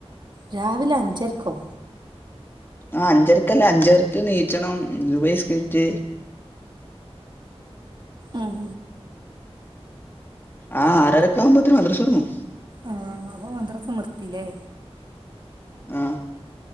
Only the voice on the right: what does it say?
രാവിലെ അഞ്ചരക്കോ
ഉം
ആ അപ്പൊ മദ്രസ നിർത്തില്ലേ